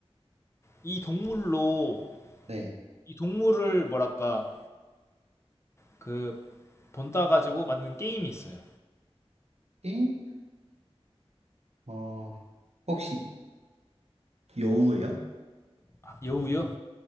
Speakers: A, on the left; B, on the right.
A: 이 동물로
B: 네.
A: 이 동물을 뭐랄까 그 본따 가지고 만든 게임이 있어요.
B: 게임? 어, 혹시 여우예요?
A: 아, 여우요?